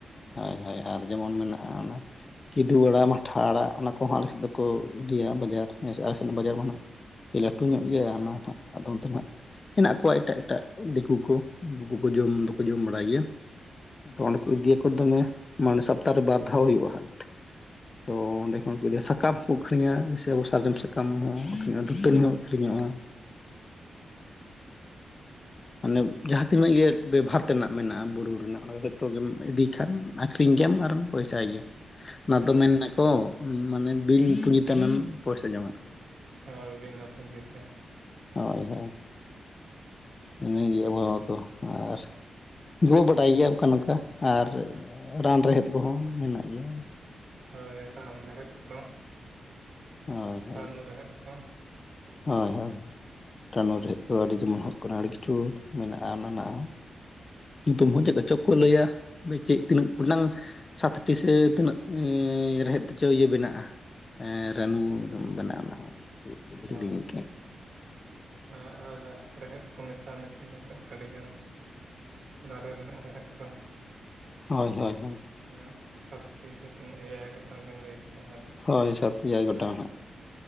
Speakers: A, on the left; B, on the right.
A: ᱦᱳᱭ ᱦᱳᱭ ᱦᱳᱭ ᱟᱨ ᱡᱮᱢᱚᱱ ᱢᱮᱱᱟᱜᱼᱟ ᱚᱱᱟ ᱠᱤᱫᱩ ᱟᱲᱟᱜ ᱢᱟᱴᱷᱼᱼ ᱴᱷᱟ ᱟᱲᱟᱜ ᱚᱱᱟ ᱠᱚᱦᱚᱸ ᱟᱞᱮ ᱥᱮᱫ ᱫᱚᱠᱚ ᱤᱫᱤᱭᱟ ᱵᱟᱡᱟᱨ ᱦᱮᱸ ᱥᱮ ᱟᱞᱮ ᱥᱮᱫ ᱵᱟᱡᱟᱨ ᱢᱟ ᱱᱟᱦᱟᱜ ᱞᱟᱹᱴᱩ
B: ᱦᱩᱸ
A: ᱧᱚᱜ ᱜᱮᱭᱟ ᱚᱱᱟ ᱦᱟᱴ ᱦᱟᱸᱜ ᱟᱫ ᱚᱱᱟ ᱦᱟᱸᱜ ᱦᱮᱱᱟᱜ ᱠᱚᱣᱟ ᱮᱴᱟᱜ ᱮᱴᱟᱜ ᱫᱤᱠᱩ ᱠᱚ ᱩᱱᱠᱩ ᱠᱚᱠᱚ ᱡᱚᱢ ᱫᱚᱠᱚ ᱡᱚᱢ ᱵᱟᱲᱟᱭ ᱜᱮᱭᱟ ᱚᱸᱰᱮ ᱠᱚ ᱤᱫᱤᱭ ᱟᱠᱚ ᱫᱚᱢᱮ ᱢᱟᱱᱮ ᱥᱚᱯᱛᱟᱦ ᱨᱮ ᱵᱟᱨ ᱫᱷᱟᱣ ᱦᱩᱭᱩᱜᱼᱟ ᱟᱨᱠᱤ ᱦᱟᱴᱼᱼ ᱛᱚ ᱚᱸᱰᱮ ᱠᱷᱚᱱ ᱠᱚ ᱤᱫᱤᱭᱟ ᱥᱟᱠᱟᱢ ᱦᱚᱸᱠᱚ ᱟᱹᱷᱨᱤᱧᱟ ᱡᱮᱥᱮ ᱟᱵᱚ ᱥᱟᱨᱡᱚᱢ ᱥᱟᱠᱟᱢ ᱦᱚᱸ ᱟᱹᱠᱷᱨᱤᱧᱚᱜᱼᱟ ᱫᱟᱹᱛᱟᱱᱤ ᱦᱚᱸ ᱟᱹᱠᱷᱨᱤᱧᱚᱜᱼᱟ <inaudible> ᱢᱟᱱᱮ ᱡᱟᱦᱟᱸ ᱛᱤᱱᱟᱹᱜ ᱤᱭᱟᱹ ᱵᱮᱵᱷᱟᱨ ᱛᱮᱱᱟᱜ ᱢᱮᱱᱟᱜᱼᱟ ᱵᱩᱨᱩ ᱨᱮᱱᱟᱜ ᱚᱱᱟ ᱡᱚᱛᱚ ᱜᱮᱢ ᱤᱫᱤᱼᱼ ᱮᱱ ᱠᱷᱟᱱ ᱟᱹᱠᱷᱨᱤᱧ ᱜᱮᱭᱟᱢ ᱟᱨᱮᱢ ᱯᱚᱭᱥᱟᱭ ᱜᱮᱭᱟ ᱚᱱᱟ
B: ᱦᱩᱸ
A: ᱫᱚ ᱢᱮᱱ ᱟᱠᱚ ᱢᱟᱱᱮ ᱵᱤᱧ ᱯᱩᱸᱡᱤ ᱛᱮ ᱟᱢᱮᱢ ᱯᱚᱭᱥᱟ ᱡᱚᱝᱟᱜ-ᱟ
B: ᱦᱳᱭ ᱵᱤᱱᱟᱹ ᱯᱩᱸᱡᱤ ᱛᱮᱼᱼ
A: ᱦᱳᱭ ᱦᱳᱭ ᱤᱱᱟᱹ ᱜᱮ ᱟᱵᱚ ᱫᱚ ᱟᱨᱼᱼ ᱡᱚ ᱵᱟᱰᱟᱭ ᱜᱮᱭᱟ ᱚᱱᱠᱟ ᱱᱚᱝᱠᱟ ᱟᱨ ᱨᱟᱱ ᱨᱮᱦᱮᱫ ᱠᱚᱦᱚᱸ ᱢᱮᱱᱟᱜ ᱜᱮᱭᱟ
B: ᱦᱳᱭ ᱨᱟᱱ ᱨᱮᱦᱮᱫ ᱠᱚ
A: ᱦᱳᱭ ᱦᱳᱭ
B: ᱨᱟᱱᱩ ᱨᱮᱦᱮᱫ ᱠᱚ
A: ᱦᱳᱭ ᱦᱳᱭ ᱨᱟᱱᱩ ᱨᱮᱦᱮᱫ ᱫᱚ ᱟᱹᱰᱤ ᱡᱮᱢᱚᱱ ᱦᱩᱭᱩᱜ ᱠᱟᱱᱟ ᱟᱹᱰᱤ ᱠᱤᱪᱷᱩ ᱢᱮᱱᱟᱜᱼᱟ ᱚᱱᱟ ᱨᱮᱱᱟᱜ ᱦᱚᱸ ᱧᱩᱛᱩᱢ ᱦᱚᱸ ᱪᱮᱫ ᱠᱚ ᱪᱚ ᱠᱚ ᱞᱟᱹᱭᱟ ᱪᱮᱫ ᱛᱤᱱᱟᱹᱜ ᱠᱚᱴᱟᱝ ᱥᱟᱛᱴᱤ ᱥᱮ ᱛᱤᱱᱟᱹᱜ ᱨᱮᱦᱮᱫ ᱛᱮᱪᱚ ᱤᱭᱟᱹ ᱵᱮᱱᱟᱜᱼᱟ ᱮᱸ ᱨᱟᱱᱩ ᱵᱮᱱᱟᱜ ᱚᱱᱟ ᱦᱚᱸ <inaudible> ᱦᱤᱲᱤᱧ
B: ᱦᱳᱭ
A: ᱠᱮᱫ <unintelligible>
B: <unintelligible> ᱨᱮᱦᱮᱫ ᱠᱚ ᱢᱮᱥᱟᱢᱤᱥᱤ ᱠᱟᱛᱮᱫ ᱟᱹᱰᱤ ᱜᱟᱱ ᱫᱟᱨᱮ ᱨᱮᱱᱟᱜ ᱨᱮᱦᱮᱫ ᱠᱚ
A: ᱦᱳᱭ ᱦᱳᱭ ᱦᱳᱭ
B: ᱚᱱᱟ ᱥᱟᱛᱴᱤ ᱥᱮ ᱛᱤᱱᱟᱹᱜ ᱮᱭᱟᱭ ᱜᱚᱴᱟᱝ ᱵᱤᱱ ᱞᱟᱹᱭ ᱠᱮᱫᱮᱜᱼᱟ ᱦᱳᱭ
A: ᱦᱳᱭ ᱥᱟᱛ ᱮᱭᱟᱭ
B: ᱚᱱᱟ
A: ᱜᱚᱴᱟᱝ ᱱᱟᱦᱟᱜ